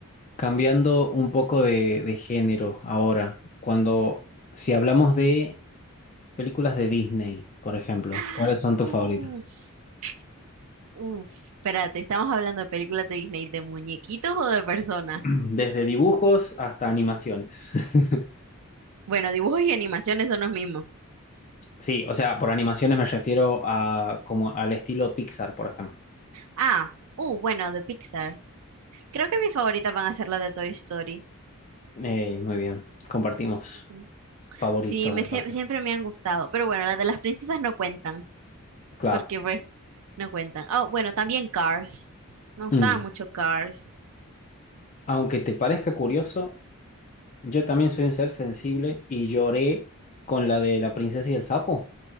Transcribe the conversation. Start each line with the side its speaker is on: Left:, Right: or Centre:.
Left: cambiando un poco de, de género ahora, cuando, si hablamos de películas de Disney, por ejemplo,
Right: ¡Ah!
Left: ¿cuáles son tus
Right: Uf,
Left: favoritos?
Right: uf. Espérate, ¿estamos hablando de películas de Disney, de muñequitos o de personas?
Left: <clears throat> Desde dibujos hasta animaciones. <laughs>
Right: Bueno, dibujos y animaciones son los mismos.
Left: Sí, o sea, por animaciones me refiero a como al estilo Pixar, por ejemplo.
Right: Ah, uh, bueno, de Pixar. Creo que mis favoritas van a ser las de Toy Story.
Left: Eh, muy bien, compartimos
Right: Ujú.
Left: favoritos
Right: Sí, me,
Left: entonces.
Right: sie- siempre me han gustado. Pero bueno, las de las princesas no cuentan,
Left: Claro.
Right: porque pues no cuentan. Oh, bueno, también Cars. Me gustaba
Left: Mm.
Right: mucho Cars.
Left: Aunque te parezca curioso, Yo también soy un ser sensible y lloré con la de la princesa y el sapo.